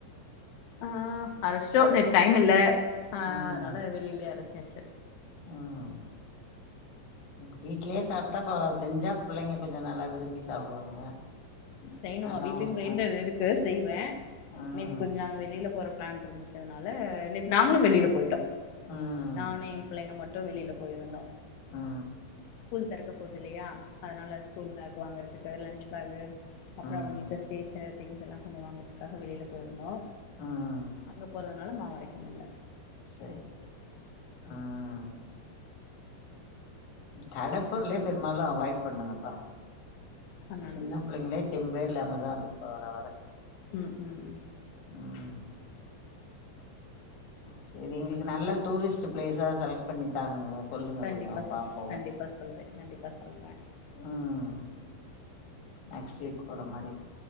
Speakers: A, on the left; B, on the left.
A: ஆ அரஷ்ஷோ நேத்து டைம் இல்ல ஆஹ்
B: ம்
A: அதனால வெளிலே அரைச்சாச்சு
B: ம் உங் வீட் ட்லே சாப்ட்டா செஞ்சா புள்ளைங்க கொஞ்ச நல்லா விரும்பி சாப்டுவாங்க
A: செய்யணுமா
B: நல்லாவு
A: வீட்லியு
B: இருக்கு
A: கிரைண்டர் இருக்கு செய்வ
B: ம்
A: நேத்து கொஞ்ச நாங்க வெளில போற பிளான் இருந்துச் அதனால நேத்து நாங்களு வெளில போய்ட்டோ
B: ம்
A: நானு எ பிள்ளைங்க மட்டு வெளியில போயிருந்தோ
B: ஆ
A: ஸ்கூல் தெறக்க போது இல்லையா அதனால ஸ்கூல் பேக் வாங்குறதுக்கு லன்ச் பேக்கு அப்பறோ
B: ம்
A: அவங்க இந்த ஸ்டேஷனரி திங்ஸ் எல்லா கொஞ்சோ வாங்கறதுக்காக வெளில போயிருந்தோ
B: ம்
A: அங்க போறதுனால மாவு அரைக்க முல்ல
B: சேரி சேரி அ கடப் பொருளே பெரும்பாலு அவாய்ட் பண்ணுங்கப்பா
A: பண்ணணுமா
B: சின்ன பிள்ளைங்ளே தெம்பே இல்லாமதா இருக்கு வர வர
A: ம் ம் ம்
B: ம் சரி எங்களுக்கு நல்ல டூரிஸ்ட் பிளேஸா செலக்ட் பண்ணி தாங்க சொல்லுங்க
A: கண்டிப்பா
B: கொஞ்சோ
A: சொல்
B: பாப்போ
A: கண்டிப்பா சொல்றே கண்டிப்பா சொல்றே
B: ம் நெக்ஸ்ட் வீக் போற மாரி